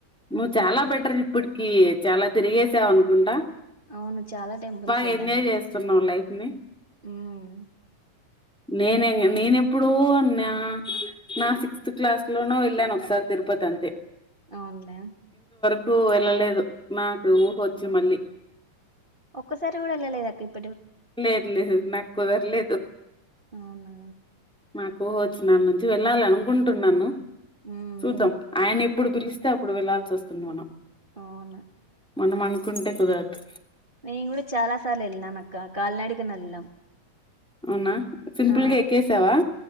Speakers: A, in the centre; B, on the right.
A: నువ్వు
B: ఉమ్.
A: చాలా బెటర్ ఇప్పుడ్ కి చాలా తిరిగేసావ్ అనుకుంటా
B: అవును చాలా టెంపుల్స్
A: బాగా
B: వెళ్ళాను
A: ఎంజాయ్ చేస్తున్నావ్ లైఫ్ ని
B: ఉమ్.
A: నేనే న నేను ఎప్పుడో న్న నా సిక్స్త్ క్లాస్ లోనో వెళ్ళాను ఒకసారి తిరుపతి అంతే
B: అవునులే
A: కు వెళ్ళలేదు నాకు ఉహోచ్చు మళ్ళీ
B: ఒక్కసారి కూడా ఏళ్లలేదా అక్క ఇప్
A: లేదు లేదు నాక్ కుదర్లేదు
B: అవునా
A: న్ ఉహోచ్చినానుంచ్చి వెళ్ళాలి అనుకుంటున్నాను
B: ఉమ్.
A: చూద్దాం ఆయన ఎప్ ప్పుడు పిలిస్తే అప్పుడు వెళ్లాల్సొస్తుంది మనం
B: అవునా
A: మనం అనుకుంటే కుదరదు
B: నేను గుడా చాలా సార్లు వెల్నాననక్క కల్నాడకనేళ్నం
A: అవునా సింపుల్
B: ఆ
A: గా ఎక్కేసావా